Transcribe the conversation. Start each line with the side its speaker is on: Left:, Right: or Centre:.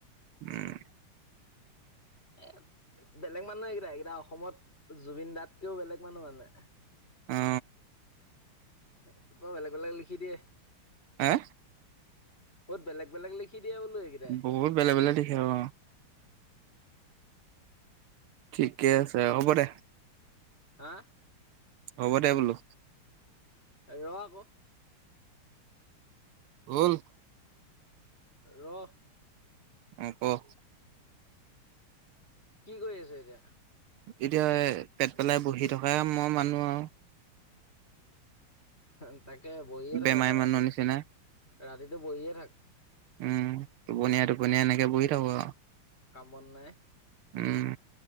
Right: উম
Left: এ বেলেগ মানুহ এইকেইটাই, এইকেইটা অসমত জুবিন দাতকেও বেলেগ মানুহ মানে।
Right: অ
Left: এ বৰ বেলেগ বেলেগ লিখি দিয়ে।
Right: হে?
Left: বহুত বেলেগ বেলেগ লিখি দিয়ে বোলো এইকেইটাই
Right: বহুত বেলেগ বেলেগ লিখে, অ'। ঠিকে আছে, হ'ব দে।
Left: হা?
Right: হ'ব দে বোলো।
Left: ৰ' আকৌ।
Right: উল
Left: ৰ
Right: অ ক
Left: কি কৰি আছ এতিয়া
Right: এতিয়া পেট পেলাই বহি থকা মই মানুহ আও
Left: হ তাকে বহিয়ে
Right: বেমাৰী
Left: থাক আৰু ৰাতি
Right: মানুহৰ নিচিনা
Left: ৰাতিটো বহিয়ে থাক
Right: উম টোপনীয়াই টোপনীয়াই এনেকে বহি থাকো আও
Left: কাম বন নাই
Right: উম